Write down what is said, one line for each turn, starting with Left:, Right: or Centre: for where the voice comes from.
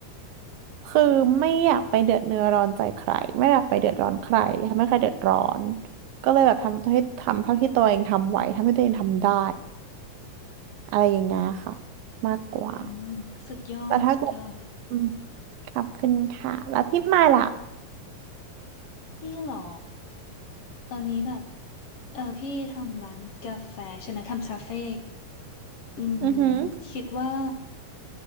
Right: คือไม่อยากไปเดือดเนื้อร้อนใจใครไม่อยากไปเดือดร้อนใครทำให้ใครเดือดร้อนก็เลยแบบทำให้ทำเท่าที่ตัวเองทำไหวทำให้ตัวเองทำได้อะไรอย่างเงี้ยค่ะมากกว่า
Left: อืมสุดยอดสุดยอด
Right: แต่ถ้าเกิดอืมขอบคุณค่ะแล้วพี่มายล่ะ
Left: พี่เหรอ ตอนนี้แบบ เออ พี่ทำร้านกาแฟใช่ไหม ทำคาเฟ่อืม
Right: อือหือ
Left: คิดว่า